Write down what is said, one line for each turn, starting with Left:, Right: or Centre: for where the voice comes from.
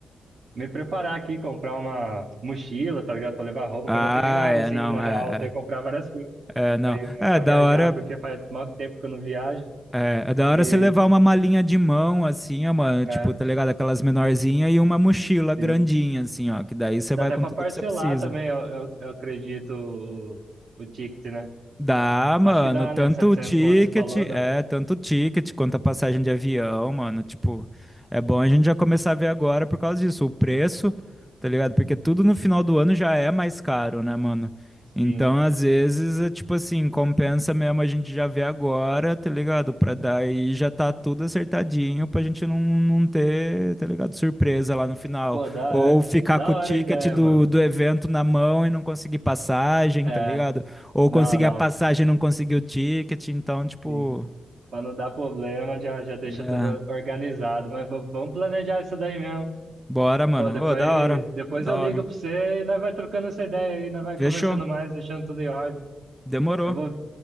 Right: me preparar aqui, comprar uma mochila, tá ligado? Pra levar roupa,
Centre: Ah,
Right: que eu não tenho nada,
Centre: é,
Right: assim,
Centre: não,
Right: na
Centre: é,
Right: real, eu tenho que comprar várias coisas
Centre: é, é, não.
Right: aí, né,
Centre: É
Right: pra
Centre: da
Right: viajar,
Centre: hora,
Right: porque faz muito tempo que eu não viajo.
Centre: é, é da hora
Right: E,
Centre: você levar uma malinha de mão, assim, ó, mano, tipo,
Right: é,
Centre: tá ligado? Aquelas menorzinhas e uma mochila
Right: sim.
Centre: grandinha, assim, ó, que daí você
Right: Dá
Centre: vai
Right: até
Centre: com
Right: pra
Centre: tudo
Right: parcelar
Centre: que você precisa.
Right: também, eu, eu, eu acredito, o, o ticket, né?
Centre: Dá, mano,
Right: Acho que dá,
Centre: tanto
Right: né? setecentos
Centre: o ticket,
Right: conto, você falou, dá.
Centre: é, tanto o ticket quanto a passagem de avião, mano, tipo, é bom a gente já começar a ver agora por causa disso, o preço, tá ligado? Porque tudo no final do ano já é mais caro, né, mano?
Right: Sim.
Centre: Então, às vezes, é tipo assim, compensa mesmo a gente já ver agora, tá ligado? Pra daí já tá tudo acertadinho pra gente não, não ter, tá ligado? Surpresa lá no final.
Right: Pô, dá,
Centre: Ou
Right: é.
Centre: ficar
Right: Da
Centre: com o
Right: hora
Centre: ticket
Right: a ideia,
Centre: do,
Right: mano.
Centre: do evento na mão e não conseguir passagem,
Right: É,
Centre: tá ligado? Ou
Right: não,
Centre: consegui
Right: não,
Centre: a passagem e não consegui o ticket, então, tipo,
Right: sim. Pra não dar problema, já, já deixa
Centre: é,
Right: tudo organizado. Mas v- vamos planejar isso daí mesmo.
Centre: bora, mano.
Right: Pô, depois,
Centre: Ô, da hora,
Right: depois
Centre: da
Right: eu ligo
Centre: hora.
Right: pra você e nós vai trocando essa ideia aí, nós vai
Centre: Fechou,
Right: conversando mais, deixando tudo em ordem.
Centre: demorou,
Right: Eu vou,